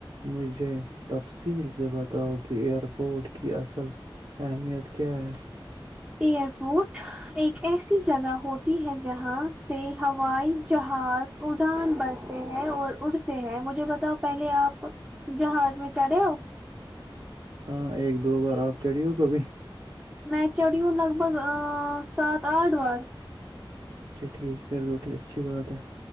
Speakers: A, on the right; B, on the right.
A: مجھے تفصیل سے بتاؤ کہ ائرپورٹ کی اصل اہمیت کیا ہے
B: ایئرپورٹ ایک ایسی جگہ ہوتی ہے جہاں سے ہوائی جہاز خاص اڑان بڑھتے ہیں اور اڑتے ہیں مجھے بتاؤ پہلے آپ جہاز میں چڑھے ہو
A: ہاں ایک دو بار آپ چڑی ہو کبھی
B: میچ چٹ لگ بھگ سات آٹھ بار
A: اچھا ٹھیک پھر توٹھی اچھی بات ہے